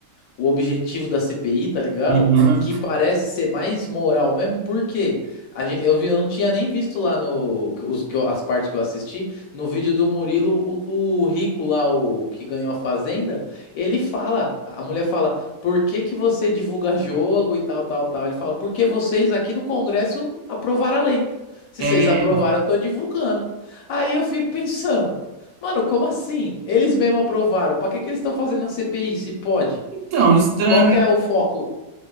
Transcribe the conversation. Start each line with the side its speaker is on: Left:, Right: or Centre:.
Left: o objetivo da CPI, tá ligado?
Right: Aham.
Left: Que parece ser mais moral mesmo, porque a gen- eu vi, eu não tinha nem visto lá no os, que eu- as partes que eu assisti, no vídeo do Murilo, o, o rico lá, o que ganhou a fazenda, ele fala, a mulher fala, por que que você divulga jogo e tal, tal, tal? Ele fala, porque vocês aqui do Congresso aprovaram a lei. Se
Right: É,
Left: vocês aprovaram, eu tô divulgando. Aí eu fico pensando, mano, como assim? Eles mesmo aprovaram. Pra que que eles estão fazendo a CPI, se pode?
Right: então, estranho,
Left: Qual que
Right: né?
Left: é o foco?